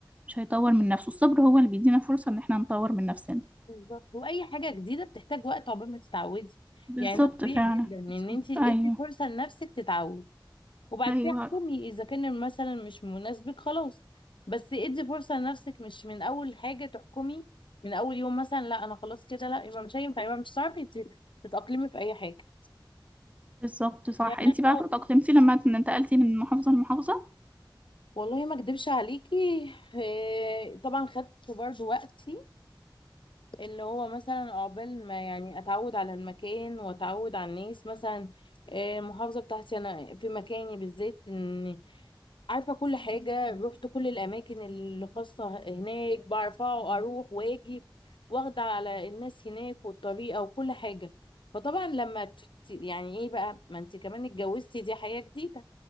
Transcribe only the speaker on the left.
بالظبط واي حاجة جديدة بتحتاج وقت عقبال ما تتعودي
يعني ده طبيعي
جدا ان
انت ادي
فرصة لنفسك تتعود وبعد
كده حكمي اذا كان مثلا مش مناسبك خلاص بس ادي فرصه لنفسك مش من اول حاجه تحكمي من اول يوم مثلا لا انا خلاص كده لا يبقى مش هينفع يبقى مش هتعرفي تت- تتاقلمي في اي حاجه
يعني
أنا-
اه
والله ما اكدبش عليكي إيه، طبعا خدت برضو وقتي اللي هو مثلا عقبال ما يعني اتعود على المكان واتعود على الناس مثلا إيه، المحافظه بتاعتي انا في مكاني بالذات ان عارفة كل حاجة رحت كل الأماكن اللي خاصة هناك بعرف أروح وأجي واخدة على الناس هناك والطريقة وكل حاجة فطبعا لما ت- ت- يعني إيه بقى ما أنت كمان اتجوزتي دي حياة جديدة